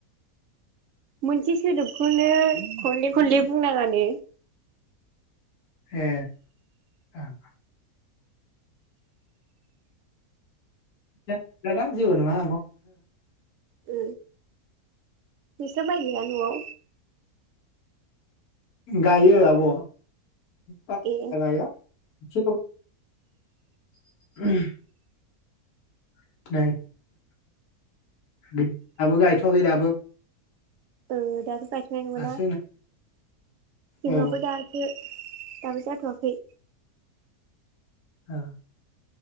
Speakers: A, on the right; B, on the left.
A: मोनसे सोदोबखौनो खनले खनले बुंनांङानो
B: ए ओं दे नोंथां जेबो नङा
A: ओ नोंस्रा माय गाया नआव‌?
B: गायो आब' बारा
A: ए
B: गाया <unintelligible> <inaudible> <unintelligible> दाबो गायथ'वाखै दाबो
A: औ दा गायथ'नाय नङाना?
B: दासो नै
A: जोंनाबो
B: औ
A: दासो दाबो जाथ'वाखै।
B: ओ